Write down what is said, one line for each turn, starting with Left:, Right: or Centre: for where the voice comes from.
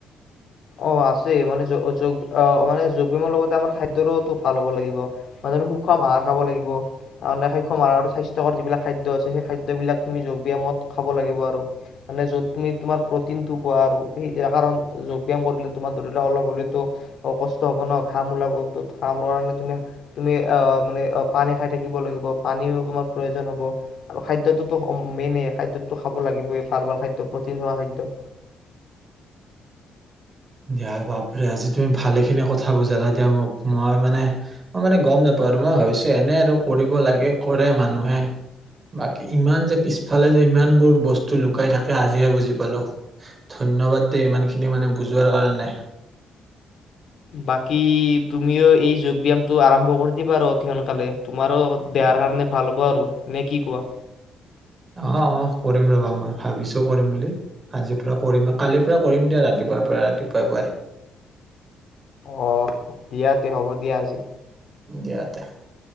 Left: অ' আছে। মানে যো- যোগ- আ- মানে যোগ -ব্যায়ামৰ লগতে আমাৰ খাদ্যৰোতো ভাল হ'ব লাগিব। মাজতে সুষম আহাৰ খাব লাগিব। মানে সুষম আহাৰ স্বাস্থ্যকৰ যিবিলাক খাদ্য আছে, সেই খাদ্যবিলাক তুমি যোগ-ব্যায়ামত খাব লাগিব আৰু। মানে য'ত তুমি তোমাৰ প্ৰটিনটো পোৱা আৰু সেয়া কাৰণ যোগ ব্যাম কৰিলে তোমাৰ ধৰি লোৱা অলপ হলেতো কষ্ট হব ন'? ঘাম ওলাবতো। ঘামৰ কাৰণে তুমি-তুমি আহ মানে অ' পানী খাই থাকিব লাগিব। পানীও তোমাৰ প্ৰয়োজন হ'ব আৰু খাদ্যটোতো স- মেইনে। খাদ্যটো খাব লাগিবই। ভাল ভাল খাদ্য, প্ৰটিন থকা খাদ্য।
Right: দিয়া। বাপৰে আজি তুমি ভালেখিনি কথা বুজালা দিয়া মোক। মই মানে- মই মানে গম নাপাওঁতো মই ভাবিছোঁ এনে আৰু কৰিব লাগে, কৰে মানুহে। বাকী ইমান যে পিছফালে যে ইমানবোৰ বস্তু লুকাই থাকে আজিহে বুজি পালোঁ। ধন্যবাদ দেই ইমান খিনি মানে বুজ যোৱাৰ কাৰণে।
Left: বাকী তুমিও এই যোগ-ব্যায়ামটো আৰম্ভ কৰি দিবা আৰু অতি সোনকালে। তোমাৰো দেহাৰ কাৰণে ভাল হ'ব আৰু। নে কি কোৱা?
Right: অ'-অ' কৰিম ৰবা মই। ভাবিছোঁ কৰিম বুলি। আজিৰ পৰা কৰিম বা কালিৰ পৰা কৰিম দিয়া ৰাতিপুৱাৰ পৰা ৰাতিপুৱাই পুৱাই।
Left: অ' দিয়াতে। হ'ব দিয়া আজি।
Right: দিয়া তে।